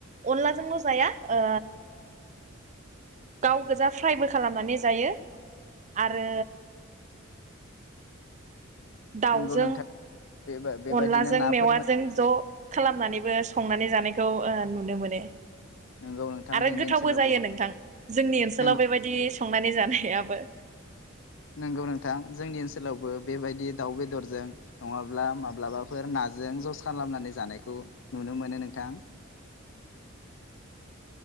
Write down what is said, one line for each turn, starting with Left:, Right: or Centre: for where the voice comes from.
Right: अनलाजोंल' जाया ओ गाव गोजा फ्रायबो खालामनानै जायो। आरो दाव
Left: नंगौ
Right: जों
Left: नोंथां बेबायदिनो
Right: अनलाजों
Left: नाफोर
Right: मेवाजों
Left: मोन
Right: ज' खालामनानै बो संनानै जानायखौ ओ नुनो मोनो।
Left: नंगौ नोंथां
Right: आरो
Left: जोंनि
Right: गोथावबो
Left: ओनसोलावबो
Right: जायो नोंथां जोंनि ओनसोलाव
Left: नंगौ
Right: बेबायदि संनानै जानाय खेआबो
Left: नंगौ नोंथां जोंनि ओनसोलावबो बेबायदि दाउ बेदरजों नङाब्ला माब्लाबाफोर नाजों जस खालामनानै जानायखौ नुनो मोनो नोंथां।